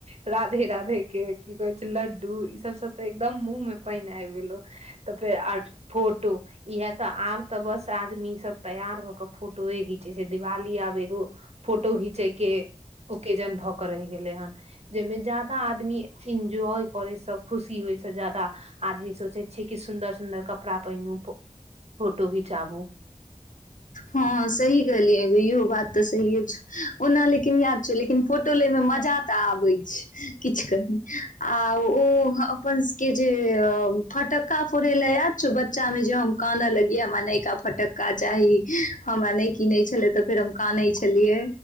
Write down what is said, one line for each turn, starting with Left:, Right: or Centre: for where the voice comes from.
Right: राधे राधे के की कहे छै लड्डू ई सब सब तऽ एकदम मुंह मे पानि आबि गेलो तऽ फेर आ फोटो इहे ते आब तऽ बस आदमी सब तैयार भ के फोटोए घीचे छै दिवाली आब एगो फोटो घिंचे के ओकेजन भ के रहि गेले हन जेहि में ज्यादा आदमी एन्जॉय करे सब खुशी से ज जादा आदमी सोचे छै कि सुन्दर सुंन्दर कपड़ा पहिनू फोटो घिचाबू
Left: हँ सही कहियैगो इहो बात तऽ सहिे छौ ओना लेकिन याद छौ लेकिन फोटो लेमे मजा तऽ आबै छै किछु कही आ ओ अपन के जे फटक्का फोड़य ल याद छो बच्चामे जे हम कानऽ लगिय हमरा नयका फटक्का चाही हमरा नहि किीनै छलै तऽ फेर हम कानै छलियै